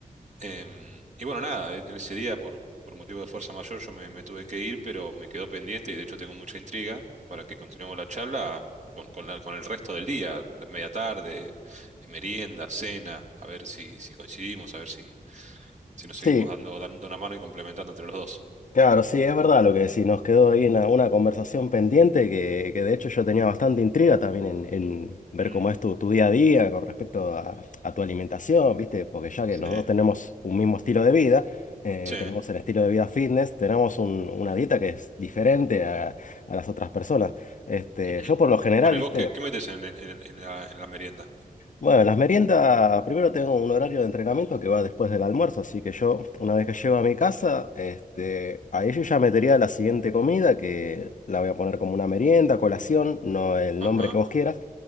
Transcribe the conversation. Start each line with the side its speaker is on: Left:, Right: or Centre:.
Right: Em, y bueno, nada, en ese día por, por motivo de fuerza mayor yo me, me tuve que ir, pero me quedó pendiente y de hecho tengo mucha intriga para que continuemos la charla con, con la- con el resto del día, la media tarde, merienda, cena, a ver si, si coincidimos, a ver si, si nos seguimos
Left: Sí,
Right: dando, dando una mano y complementando entre los dos.
Left: claro, sí, es verdad lo que decís. Nos quedó ahí una, una conversación pendiente que, que de hecho yo tenía bastante intriga también en, en ver
Right: Mm,
Left: cómo es tu, tu día a día con respecto a, a tu alimentación, ¿viste? Porque ya que
Right: sí,
Left: los dos tenemos un mismo estilo de vida, eh,
Right: sí.
Left: tenemos el estilo de vida fitness, tenemos un- una dieta que es diferente a, a las otras personas. Este,
Right: ujú.
Left: yo por lo general,
Right: Bueno, ¿y
Left: ¿viste?
Right: vos qué, qué metes en, el- en- en la, en la merienda?
Left: Bueno, las meriendas, primero tengo un horario de entrenamiento que va después del almuerzo, así que yo, una vez que llego a mi casa, este, ahí yo ya metería la siguiente comida, que la voy a poner como una merienda, colación, no el
Right: Ajá,
Left: nombre que vos quieras.